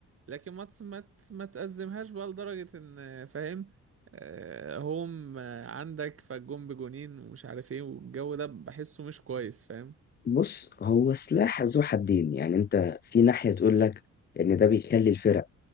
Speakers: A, on the right; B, on the left.
A: لكن ما ت- ما ت- ما تأزمهاش بقى لدرجة ان فاهم آه، هوم آه، عندك فالجون بجونين ومش عارف ايه والجو ده بحسه مش كويس فاهم
B: بُص، هو سلاح ذو حدّين، يعني أنت في ناحية تقول لك إن ده بيخلّي الفرق